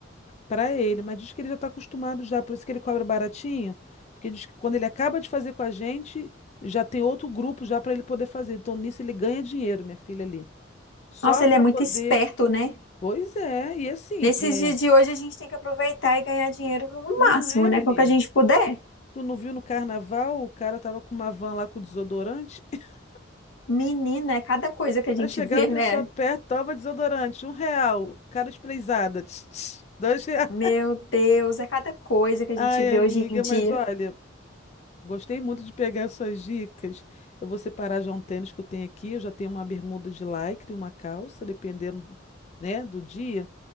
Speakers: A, on the left; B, on the left.
A: para ele, mas diz que ele já está acostumado já, por isso que ele cobra baratinho, porque diz que quando ele acaba de fazer com a gente, já tem outro grupo já para ele poder fazer. Então nisso ele ganha dinheiro, minha filha ali. Só
B: Nossa,
A: para
B: ele é muito
A: poder.
B: esperto, né?
A: Pois é, e assim,
B: Nesses
A: é,
B: dias de hoje, a gente tem que aproveitar e ganhar dinheiro o
A: não
B: máximo,
A: é,
B: né?
A: menina.
B: Com o que a gente puder.
A: Tu não viu no carnaval, o cara tava com uma van lá com desodorante. <laughs>
B: Menina, é cada coisa que a
A: Aí
B: gente
A: chegava
B: vê,
A: a pessoa
B: né?
A: perto, toma desodorante, um real, cara esprezada, <tsk> tss, <laughs> dois reais.
B: Meu Deus, é cada coisa que a
A: Ai,
B: gente vê
A: amiga,
B: hoje em dia.
A: mas olha. Gostei muito de pegar essas dicas. Eu vou separar já um tênis que eu tenho aqui. Eu já tenho uma bermuda de lycra e uma calça, dependendo, né, do dia.